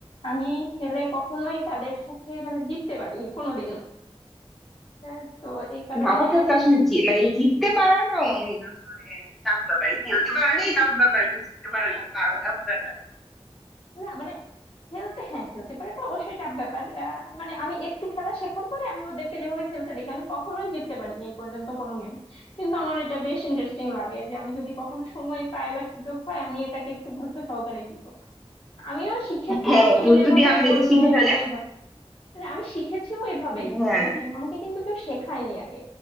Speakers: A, on the left (about 65°); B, in the centre.
A: আমি খেলে কখনোই তাদের সাথে মানে জিততে পারিনি কোনোদিনও হ্যাঁ, তো এই কারণে
B: দাবা খেলতে আসলে জি- মানে জিততে পারাটা অনেক আসলে tough ব্যাপার খেলতে পারলেই tough ব্যাপার তো জিততে পারলে তাও tough ব্যাপার
A: না মানে খেলতে হ্যাঁ খেলতে পারে তো অবশ্যই টাফ ব্যাপার আহ, মানে আমি একটু খেলা শেখার পরে আমি ওদেরকে যেভাবে খেলতে দেখি আমি কখনোই জিততে পারিনি এই পর্যন্ত কোনো গেম কিন্তু আমার এটা বেশ ইন্টারেস্টিং লাগে যে আমি যদি কখনো সময় পাই বা সুযোগ পাই আমি এটাকে একটু গুরুত্ব সহকারে দিব আমিও শিখেছিলাম
B: হ্যাঁ
A: তুমি
B: গুরুত্ব
A: যেভাবে
B: দিয়ে আপনি
A: বললে
B: এটা শিখে ফেলেন
A: ওইভাবে মানে আমি শিখেছিও এভাবেই
B: হ্যাঁ
A: মানে এম- আমাকে কিন্তু কেউ শেখায়নি আগে